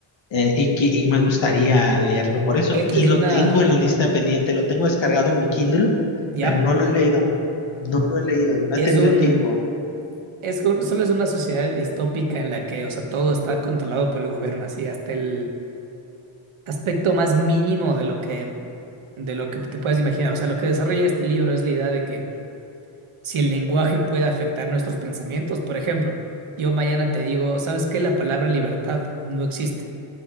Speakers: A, on the left; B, on the right.
A: eh, y, que- y me gustaría leerlo por eso.
B: Esta
A: Y
B: es
A: lo
B: una.
A: tengo en la lista pendiente, lo tengo descargado en mi Kindle,
B: ¿ya?
A: pero no lo he leído. No lo he leído, no
B: Es
A: he tenido
B: un,
A: tiempo.
B: es un- solo es una sociedad distópica en la que, o sea, todo está controlado por el gobierno, así hasta el aspecto más mínimo de lo que, de lo que te puedes imaginar. O sea, lo que desarrolla este libro es la idea de que si el lenguaje puede afectar nuestros pensamientos, por ejemplo, yo mañana te digo, ¿sabes qué? La palabra libertad no existe.